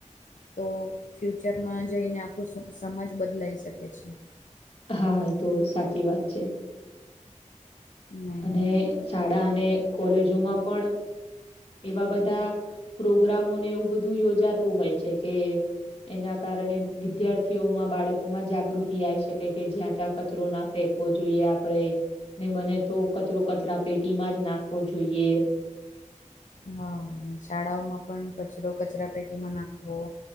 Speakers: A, on the left; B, on the left.
A: તો ફ્યુચરમાં જઈને આખો સમાજ બદલાઈ શકે છે.
B: હા એ તો સાચી વાત છે.
A: ને
B: અને શાળા અને કોલેજો માં પણ એવા બધા પ્રોગ્રામોને એવું બધું યોજાતું હોય છે કે એના કારણે વિદ્યાર્થીઓમાં, બાળકો માં જાગૃતિ આયી શકે કે જ્યાં ત્યાં કચરો ના ફેંક ફેંકવો જોઈએ આપડે ને બને તો કચરો કચરા પેટીમાં જ નાખવો જોઈએ.
A: હા ને શાળાઓમાં પણ કચરો કચરા પેટીમાં નાખવો.